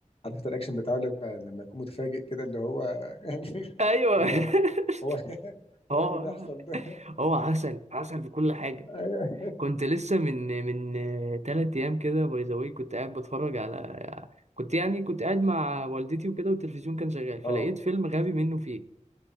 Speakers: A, on the left (about 45°); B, on the right (about 60°).
A: عارف انت الرياكشن بتاعه لما لما يكون متفاجئ كده اللي هو <laughs>
B: <laughs> ايوه
A: اللي هو
B: <laughs>
A: هو <laughs>
B: هو
A: هو ايه اللي بيحصل ده <laughs>
B: هو عسل عسل في كل حاجة
A: ايوه
B: كنت لسه من من تلات أيام كده باي ذا واي كنت قاعد بتفرج على كنت يعني كنت قاعد مع والدتي وكده والتلفزيون كان شغال فلقيت
A: اه
B: فيلم غبي منه فيه